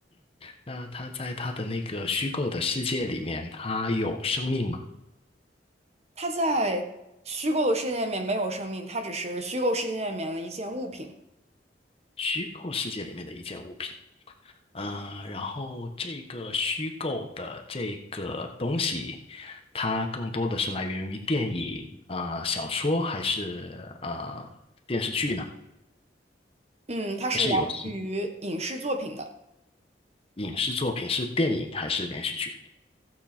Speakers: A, on the left; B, on the right.
A: 那它在它的那个虚构的世界里面，它有生命吗？
B: 它在虚构的世界里面没有生命，它只是虚构世界里面的一件物品。
A: 虚构世界里面的一件物品。呃，然后这个虚构的这个东西，它更多的是来源于电影、啊、小说，还是啊、呃电视剧呢？
B: 嗯，它是来源于影视作品的。
A: 还是游戏、影视作品？是电影还是连续剧？